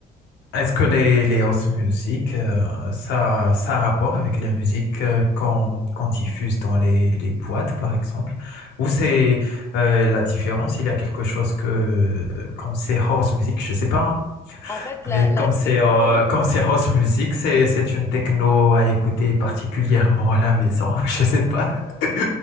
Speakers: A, on the left; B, on the left.
A: est-ce que les, les house music, euh, ça, ça a rapport avec les musiques euh, qu'on qu'on diffuse dans les, les boîtes, par exemple? Ou c'est euh, la différence, il y a quelque chose que, euh, comme c'est house music, je sais pas, hein,
B: En fait, la,
A: Mais comme
B: la techno,
A: c'est euh, comme c'est house music, c'est c'est une techno à écouter particulièrement à la maison. <laughs> Je sais pas. <laughs>